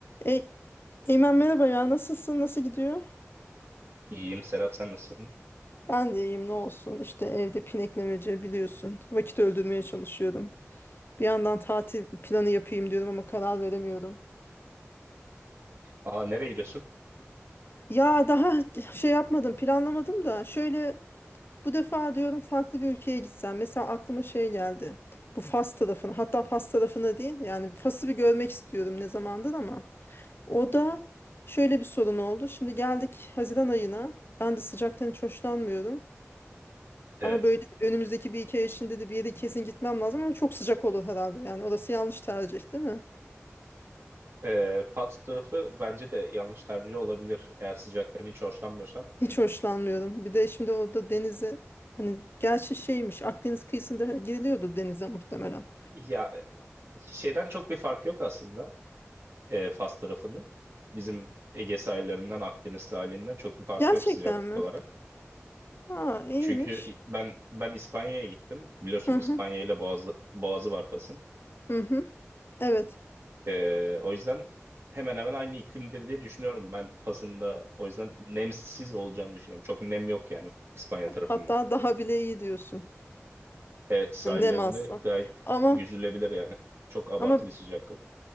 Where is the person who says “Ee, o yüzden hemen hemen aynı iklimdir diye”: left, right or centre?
Right